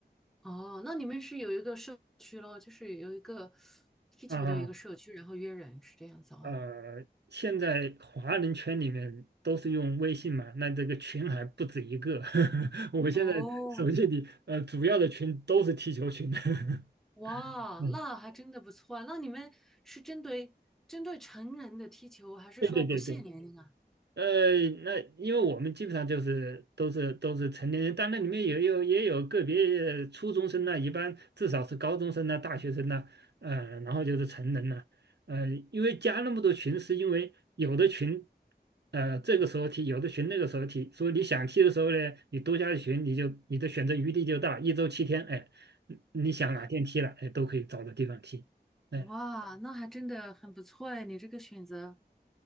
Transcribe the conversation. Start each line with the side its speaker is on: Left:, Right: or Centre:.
Centre: 哦，那你们是有一个社区咯，就是有一个踢球的一个社区，
Right: 啊
Centre: 然后约人是这样子哦。
Right: 呃，现在华人圈里面都是用微信嘛，那这个群还不止一个。<laughs> 我现在手机里呃主要的群都是踢球群。
Centre: 哦，
Right: <laughs>
Centre: 哇，
Right: 嗯，
Centre: 那还真的不错啊。那你们是针对针对成人的踢球，还是说不限年龄啊？
Right: 对对对对。呃，那因为我们基本上就是都是都是成年人，但那里面也有也有个别初中生呢、一般至少是高中生呐、大学生呢，呃，然后就是成人了、呃，因为加那么多群，是因为有的群，呃，这个时候踢，有的群那个时候踢，所以你想踢的时候呢，你多加的群，你就你的选择余地就大，一周七天，哎，你你想哪天踢了，
Centre: 哦，
Right: 哎，都可以找到地方踢，哎。
Centre: 哇，那还真的很不错哎，你这个选择